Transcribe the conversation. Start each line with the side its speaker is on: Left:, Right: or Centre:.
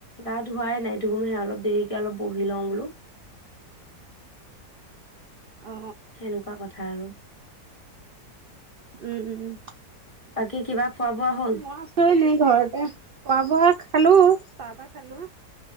Left: গা ধুৱাই নাই থুবকেই অলপ দেৰিকে অলপ বহি লওঁ বোলো
Right: অ অ
Left: সেনেকুৱা কথা আৰু
Right: উম, উম।
Left: বাকী কিবা খোৱা বোৱা হ'ল
Right: মই আছোঁ এনেই ঘৰতে খোৱা বোৱা খালো চাহ তাহ খালো হে।